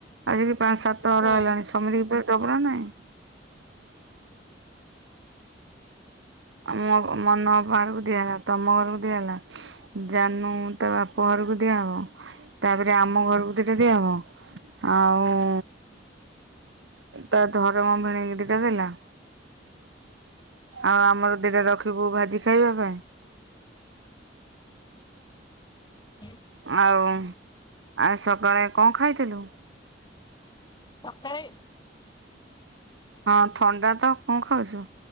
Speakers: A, on the right; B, on the left.
A: ଆଜିିକ ପାଞ୍ଚ ସାତଥର
B: ହୁଁ
A: ହେଲାଣି ସମିତି କି ଫିର୍ ଦବୁ କି ନାହିଁ? ଆ ମୋ ମ ନ ବାହାରକୁ ଦିଆହଲା ତମ ଘରକୁ ଦିଆ ହେଲା ଜାନୁ ତା ବାପ ଘରକୁ ଦିଆହେବ ତାପରେ ଆମ ଘରକୁ ଦିଟା ଦିଆହବ। ଆଉ ତା ଧରମ ଭିଣେଇକି ଦିଟା ଦେଲା ଆଉ ଆମର ଦିଟା ରଖିବୁ ଭାଜି ଖାଇବା ପାଇଁ।
B: ହୁଁ
A: ଆଉ ଆ ସକାଳେ କଣ ଖାଇଥିଲୁ?
B: ସକାଳେ?
A: ହଁ ଥଣ୍ଡା ତ କଣ ଖାଉଛୁ?